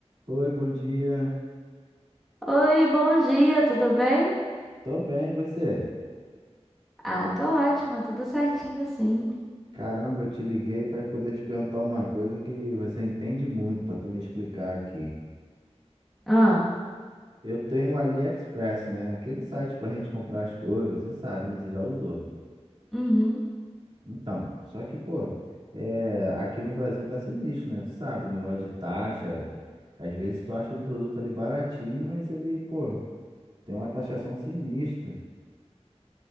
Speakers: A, on the right (about 45°); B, in the centre.
A: Oi, bom dia.
B: Oi, bom dia, tudo bem?
A: Tô bem, e você?
B: Ah, tô ótima, tudo certinho, sim.
A: Caramba, eu te liguei para poder te perguntar uma coisa que você entende muito para tu me explicar aqui.
B: Ah,
A: Eu tenho o AliExpress, né? Aquele site pra gente comprar as coisas, você sabe, né? Você já usou.
B: uhum.
A: Então, só que, pô, é, aqui no Brasil tá sinistro, né? Tu sabe, né? negócio de taxa. Às vezes tu acha um produto ali baratinho, mas ele, pô, tem uma taxação sinistra.